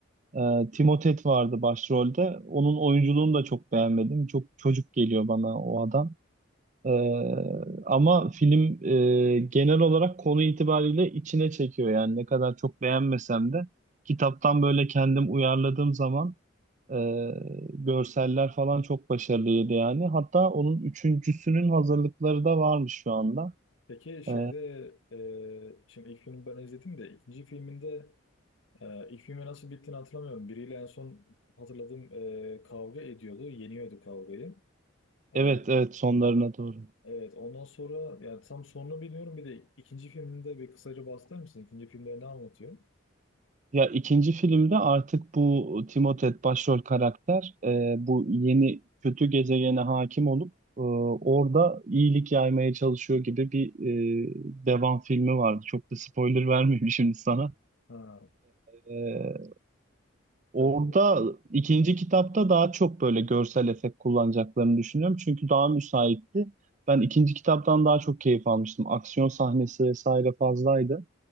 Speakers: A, on the right; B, on the left.
A: e, Timothée vardı başrolde. Onun oyunculuğunu da çok beğenmedim. Çok çocuk geliyor bana o adam. Ee, ama film e, genel olarak konu itibariyle içine çekiyor yani ne kadar çok beğenmesem de kitaptan böyle kendim uyarladığım zaman ee, görseller falan çok başarılıydı yani. Hatta onun üçüncüsünün hazırlıkları da varmış şu anda.
B: Peki şeyde
A: Ee,
B: e, şimdi ilk filmi ben izledim de ikinci filminde Ee, ilk filmi nasıl bittiğini hatırlamıyorum. Biriyle en son hatırladığım e, kavga ediyordu. Yeniyordu kavgayı. Ee,
A: evet evet sonlarına doğru.
B: evet ondan sonra yani tam sonunu bilmiyorum. Bir de ikinci filminde bir kısaca bahseder misin? İkinci filmde ne anlatıyor?
A: Ya ikinci filmde artık bu Timothée başrol karakter e, bu yeni kötü gezegene hakim olup e, orada iyilik yaymaya çalışıyor gibi bir e, devam filmi vardı. Çok da spoiler <laughs> vermeyeyim şimdi sana.
B: Ha,
A: E, Orada
B: e,
A: ikinci kitapta daha çok böyle görsel efekt kullanacaklarını düşünüyorum. Çünkü daha müsaitti. Ben ikinci kitaptan daha çok keyif almıştım. Aksiyon sahnesi vesaire fazlaydı.